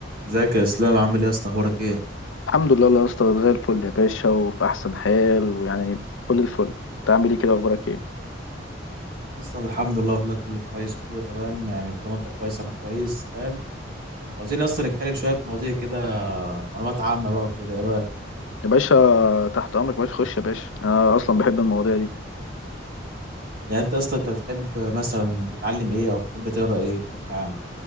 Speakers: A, on the right; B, on the left.
A: ازيك يا اسلام عامل ايه يا اسطى اخبارك ايه
B: الحمد لله الله يا اسطى زي الفل يا باشا وفي احسن حال ويعني كل الفل انت عامل ايه كده اخبارك ايه
A: بص الحمد لله والله كله كويس كله تمام يعني طالما انت كويس انا كويس فاهم عاوزين اصلا نتكلم شويه مواضيع كده معلومات عامه بقى وكده ايه رايك
B: يا باشا تحت امرك يا باشا خش يا باشا انا اصلا بحب المواضيع دي
A: يعني انت اصلا انت بتحب مثلا تتعلم ايه او بتحب تقرا ايه بشكل عام